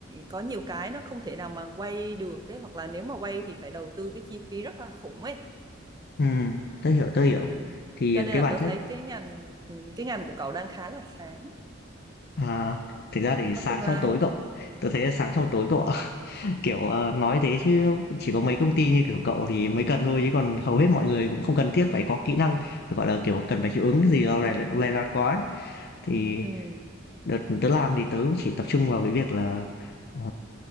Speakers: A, on the right (about 20°); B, on the left (about 55°).
A: có nhiều cái nó không thể nào mà quay được ấy hoặc là nếu mà quay thì phải đầu tư cái chi phí rất là khủng ấy
B: ừ, tớ hiểu tớ hiểu
A: Ừm,
B: thì
A: cho nên
B: cái
A: là
B: bản
A: tôi
B: chất
A: thấy cái ngành ừm, cái ngành của cậu đang khá là sáng
B: à, thực ra thì
A: khá
B: sáng
A: có tương
B: trong
A: lai
B: tối cậu tớ thấy là sáng trong tối cậu Kiểu, ờ, nói thế chứ chỉ có mấy công ty như kiểu cậu thì mới cần thôi, chứ còn hầu hết mọi người cũng không cần thiết phải có kỹ năng, phải gọi là, kiểu, cần phải hiệu ứng gì đó lè lòe loạt quá ấy. Thì
A: Ừm,
B: đợt tớ làm thì tớ cũng chỉ tập trung vào cái việc là, ờ,